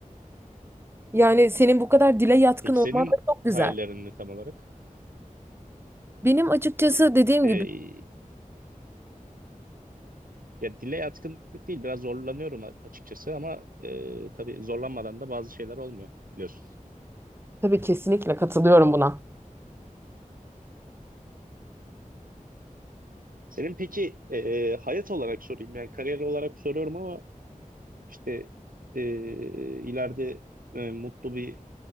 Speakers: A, on the right (about 15°); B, on the right (about 80°).
A: Yani senin bu kadar dile yatkın
B: Peki
A: olman
B: senin
A: da çok güzel.
B: hayallerin ne tam olarak?
A: Benim açıkçası dediğim
B: Ee,
A: gibi
B: ya dile yatkınlık değil biraz zorlanıyorum a- açıkçası ama ee, tabii zorlanmadan da bazı şeyler olmuyor biliyorsun.
A: Tabii kesinlikle katılıyorum buna.
B: Senin peki e, e, hayat olarak sorayım yani kariyer olarak soruyorum ama işte e, ileride e, mutlu bir